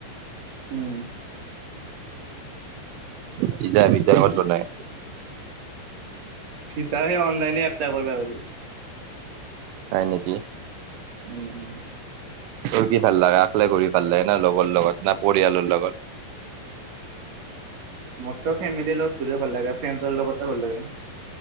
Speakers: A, on the right; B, on the right.
A: উম
B: ভিজা ভিজা কত বনাই
A: ভিজা সেই অনলাইনে এপ্লাই কৰবা পাৰি
B: হয় নেকি
A: উম উম
B: তোৰ কি ভাল লাগে আলে কৰি ভাল লাগে না লগৰ লগত না পৰিয়ালৰ লগত
A: মোৰ তো ফেমিলিৰ লগত ঘূৰিব ভাল লাগে ফ্ৰেণ্ডছৰ লগত ভাল লাগে